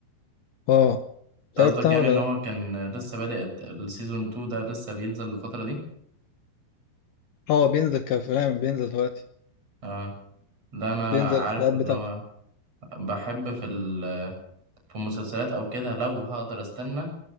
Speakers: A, on the left; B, on the right.
A: اه
B: انت
A: الحلقة
B: قصدك
A: بتاعه
B: يعني
A: ولا
B: ان هو
A: لا؟
B: كان لسه بادئ السيزون 2 ده لسه بينزل الفترة دي
A: اه بينزل كفيلم بينزل دلوقتي
B: اه لا انا
A: بينزل
B: عارف
A: الحلقات
B: اللي
A: بتاعته
B: هو بحب في ال... في المسلسلات او كده لو هقدر استنى